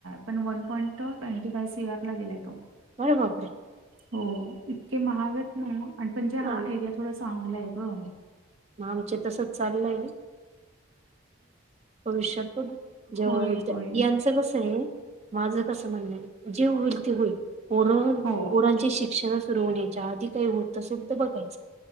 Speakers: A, on the right; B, on the right.
A: पण one point twenty five CR ला गेलाय तो.
B: बरं बप रे.
A: हो इतके महागात ना आणि म्हणजे हा
B: आम-
A: एरिया थोडा चांगला आहे ग.
B: मग आमच तसच चाललंय भविष्यात बघ जेव्हा
A: होईल
B: हो
A: होईल
B: यांचं कसं आहे माझं कस म्हणण जेव होईल ते होईल पोर
A: हो
B: पोरांचे शिक्षण सुरू होण्याच्या आधी काही होत असेल तर बघायचं.